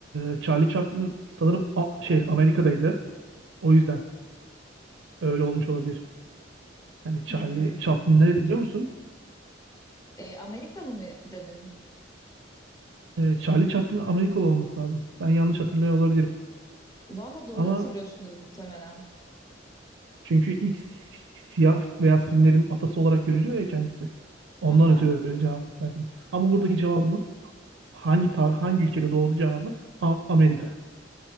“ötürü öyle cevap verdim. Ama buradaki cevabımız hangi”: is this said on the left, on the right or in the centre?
Right